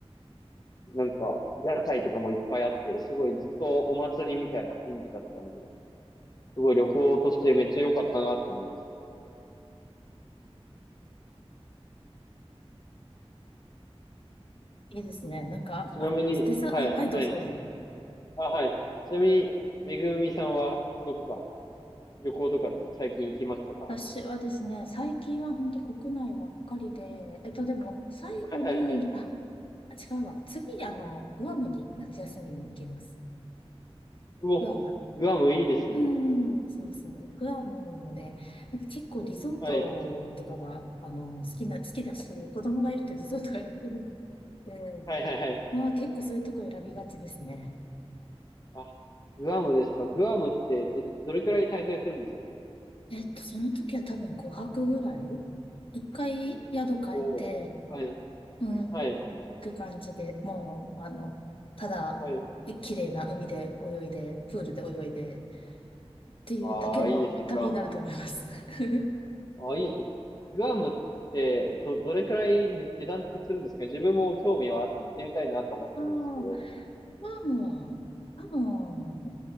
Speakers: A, on the left; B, on the left.
A: なんか、屋台とかもいっぱいあって、すごいずっとお祭りみたいな雰囲気だったんで、すごい旅行としてめっちゃ良かったなって思います。
B: いいですね。なんか、
A: ちなみに、
B: あの、デザ、
A: はい、
B: あ、はい、どうぞどうぞ。
A: はい。あ、はい。ちなみに、めぐみさんはどっか旅行とかって最近行きましたか
B: 私はですね、最近は本当国内ばっかりで、えっと、でも、最後に、
A: はいはいはい。
B: あ、あ違うわ。次、あの、グアムに夏休みに行きます。
A: うお、
B: グアム。
A: グアムいいですね。
B: うんん、そうそう。グアムもね、なんか結構リゾートとかが、
A: はい。
B: あの、好きな、好きだし、子供がいるとリゾートが楽なので、
A: はいはいはい。
B: まあ結構そういうとこ選びがちですね。
A: あ、グアムですか。グアムって、え、どれくらい滞在するんですか
B: えっと、その時は多分5泊ぐらい一回宿変えて、
A: お、おー、はい、
B: うん、
A: はい、
B: 行く感じで、もう、あの、ただ、
A: はい。
B: 綺麗な海で泳いで、プールで泳いで、っていうだけの旅になると思います。
A: ああ、いいですね、グアム。
B: <laughs>
A: ああ、いいですね。グアムって、ど、どれくらい値段ってするんですかね自分も興味はあって行ってみたいなと思ってるんですけど。
B: ああ、まあもう、多